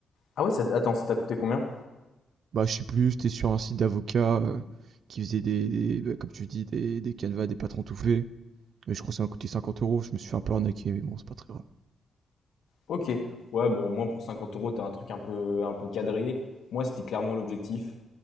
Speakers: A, on the left; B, on the right.
A: Ah ouais, ça, attends, ça t'a coûté combien?
B: Bah, je sais plus, j'étais sur un site d'avocats euh, qui faisait des, des- bah, comme tu dis, des, des canevas des patrons tout faits. Mais je crois que ça m'a coûté 50 euros. Je me suis fait un peu arnaquer, mais bon, c'est pas très grave.
A: Ok, ouais, bon, au moins pour 50 euros, t'as un truc un peu, un peu cadré. Moi, c'était clairement l'objectif,